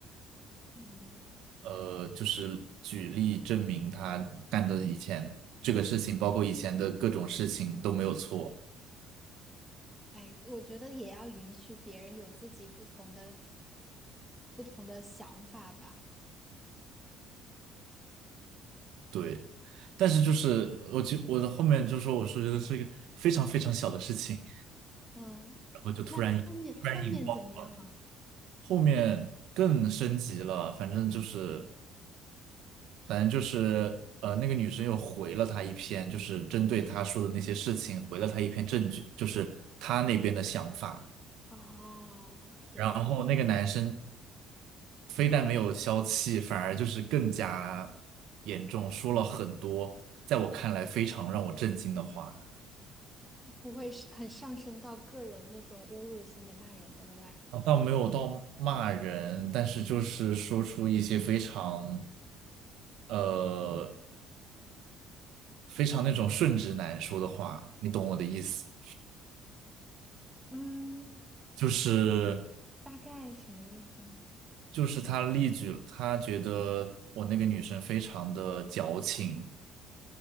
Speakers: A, in the centre; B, on the right.
A: 嗯，
B: 呃，就是举例证明他干的以前这个事情，包括以前的各种事情都没有错。
A: 哎，我觉得也要允许别人有自己不同的不同的想法吧。
B: 对，但是就是我觉我的后面就说我说觉得是一个非常非常小的事情，
A: 嗯，
B: 然后就突然突然引爆了，
A: 那后面后面怎么样了？
B: 后面更升级了，反正就是反正就是呃那个女生又回了他一篇，就是针对他说的那些事情回了他一篇证据，就是他那边的想法，
A: 哦，天，
B: 然后那个男生非但没有消气，反而就是更加严重，说了很多在我看来非常让我震惊的话。
A: 不会是很上升到个人那种侮辱性的骂人的了吧？
B: 啊，倒没有到骂人，但是就是说出一些非常呃非常那种顺直男说的话，你懂我的意思吗
A: 嗯，
B: 就是
A: 大概什么意思呢？
B: 就是他例举了，他觉得我那个女生非常的矫情，